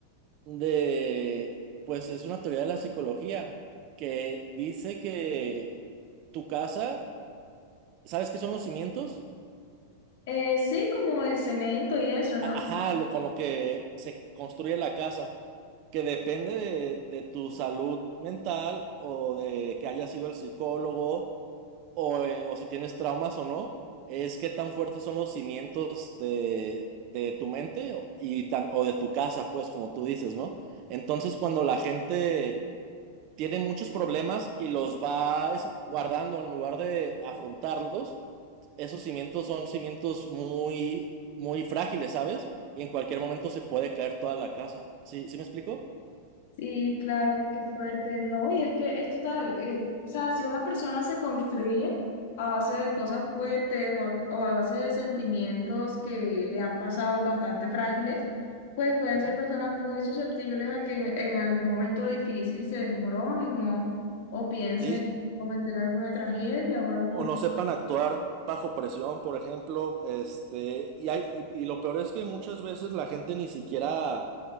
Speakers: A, on the right; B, on the left.
A: de, pues es una teoría de la psicología que dice que tu casa, ¿sabes qué son los cimientos?
B: Eh, sí, como el cemento y eso, ¿no?
A: A- Ajá, lo, con lo que se construye la casa, que depende de, de tu salud mental o de que hayas sido el psicólogo o, eh, o si tienes traumas o no, es qué tan fuertes son los cimientos de, de tu mente o- y tam- o de tu casa, pues, como tú dices, ¿no? Entonces, cuando la gente tiene muchos problemas y los va es- guardando en lugar de afrontarlos, esos cimientos son cimientos muy, muy frágiles, ¿sabes? Y en cualquier momento se puede caer toda la casa. ¿Sí, sí me explico?
B: Sí, claro, qué fuerte. No, y es que es total. eh, o sea, si una persona se construye a base de cosas fuertes o a, o a base de sentimientos que le han pasado bastante frágiles, pues pueden
A: Mm,
B: ser personas muy susceptibles a que en, en algún momento difícil se desmoronen o, o piensen
A: Sí,
B: en cometer alguna tragedia o algo
A: o
B: por
A: no sepan actuar bajo presión, por ejemplo, este, y hay, y, y lo peor es que muchas veces la gente ni siquiera